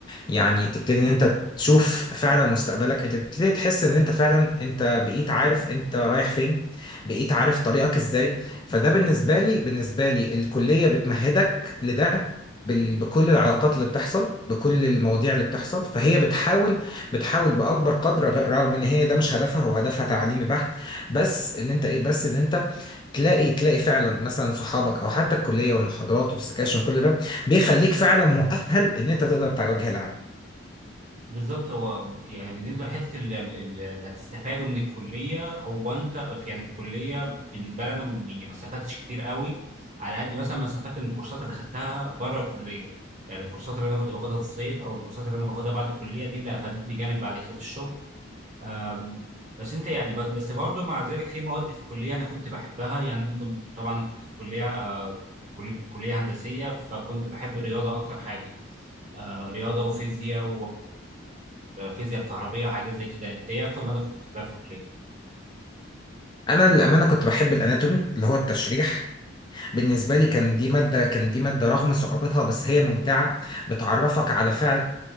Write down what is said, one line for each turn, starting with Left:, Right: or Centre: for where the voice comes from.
Left: يعني تبتدي ان انت تشوف فعلا مستقبلك انت تبتدي تحس ان انت فعلا انت بقيت عارف انت رايح فين بقيت عارف طريقك ازاي فده بالنسبة لي بالنسبة لي الكلية بتمهدك لده بال- بكل العلاقات اللي بتحصل بكل المواضيع اللي بتحصل فهي بتحاول بتحاول بأكبر قدر غ- رغم ان هي ده مش هدفها هو هدفها تعليمي بحت بس ان انت ايه بس ان انت تلاقي تلاقي فعلا مثلا صحابك او حتى الكلية والمحاضرات والسكاشن كل ده بيخليك فعلا مؤهل ان انت تقدر تواجه العالم
Right: بالظبط هو يعني بالنسبه لحته ال- ال- ال- اللي هتستفاده من الكليه هو انت في يعني في الكليه بالنسبه لي انا م- يعني ما استفدتش كتير قوي على قد مثلا ما استفدت من الكورسات اللي خدتها بره الكليه يعني الكورسات اللي انا كنت باخدها في الصيف او الكورسات اللي انا باخدها بعد الكليه دي اللي افادتني جامد بعد كده في الشغل أم، بس انت يعني ب- بس برضه مع ذلك في مواد في الكليه انا كنت بحبها يعني انا كنت طبعا انا كنت في كليه آه، كليه كليه هندسيه فكنت بحب الرياضه اكتر حاجه آه، رياضه وفيزياء الفيزياء الكهربية وحاجات زي كده انت ايه اكتر مادة كنت بتحبها في الكلية
Left: انا للامانه كنت بحب الاناتومي اللي هو التشريح بالنسبه لي كان دي ماده كان دي ماده رغم صعوبتها بس هي ممتعه بتعرفك على فعلا